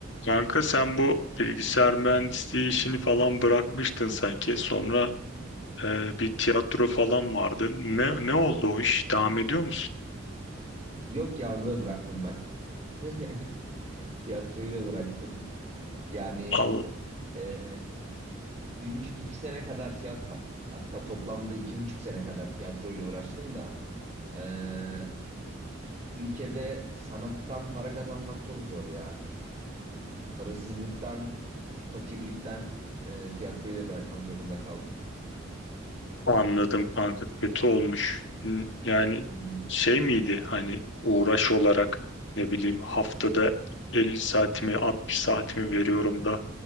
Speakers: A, on the left; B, on the right.
A: Kanka sen bu bilgisayar mühendisliği işini falan bırakmıştın sanki. Sonra e, bir tiyatro falan vardı. Ne ne oldu o iş? Devam ediyor musun?
B: Yok ya onu da bıraktım ben. <laughs> Tiyatroyu da bıraktım. Yani
A: Al,
B: e, bir buçuk iki sene kadar tiyatro hatta toplamda iki buçuk sene kadar tiyatroyla uğraştım da e, ülkede sanattan para kazanmak çok zor ya. Parasızlıktan, fakirlikten e, tiyatroyu da bırakmak zorunda
A: anladım kanka. Kötü olmuş. N- Yani
B: kaldım.
A: şey miydi hani uğraş olarak ne bileyim haftada 50 saatimi 60 saatimi veriyorum da